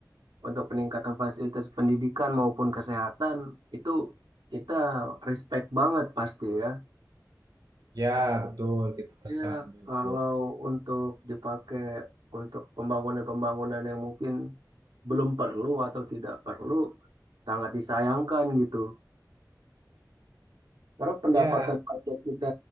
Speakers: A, on the right; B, on the right.
A: untuk peningkatan fasilitas pendidikan maupun kesehatan, itu kita respect banget pasti ya.
B: Ya betul, kita pasti
A: Ya,
B: sangat mendukung.
A: kalau untuk dipakai untuk pembangunan-pembangunan yang mungkin belum perlu atau tidak perlu, sangat disayangkan gitu. Karena pendapatan
B: Ya,
A: pajak kita